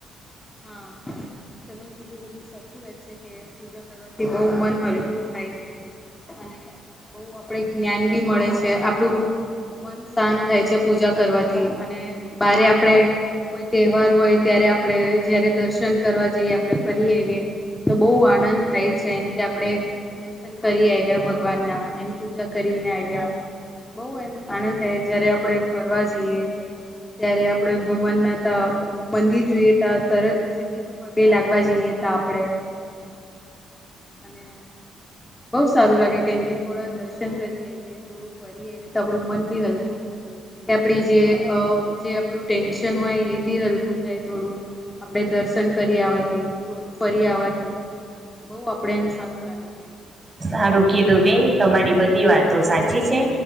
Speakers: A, on the left; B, on the right.
A: હા તમે કીધું બધું સાચી વાત છે કે પૂજા કરવાથી બહુ મન હલકું થાય છે. અને બહ આપડે જ્ઞાન બી મળે છે આપણું, મન શાંત થાય છે પૂજા કરવાથી અને બારે આપડે કોઈ તહેવાર હોય ત્યારે આપડણે જયારે દર્શન કરવા જઈએ, આપડણે ફરી આવીઈએ તો બહ આનંદ થાય છે એમ કે આપડે દર્શન કરી આવ્યા ભગવાન ના એમ પ પૂજા કરીને આવ્યા બહુ એમ આનંદ થાય જયારે આપણેે, ફરવા જઈએ ત્યારે આપણે ભગવાનના ત મંદિર જોઈએ, ત તર જલ્દી પગે લાગવા જઈએ ત આપડે, અને સારું લાગે કેમ કે થોડા દર્શન કરી આવીએ થોડું ફરી આવીએ તો આપણું મન બી હલકું થાય, કે આપડી જે જે આપણું ટેન્શન હોય એ બી હલકું થાય થોડું, આપણેે દર્શન કરી આવાથી થોડું ફરી આવાથી બઉ આપડે એમ સારું લાગે છેમ
B: સારું કીધું બેન તમારી બધી વાતો સાચી છે.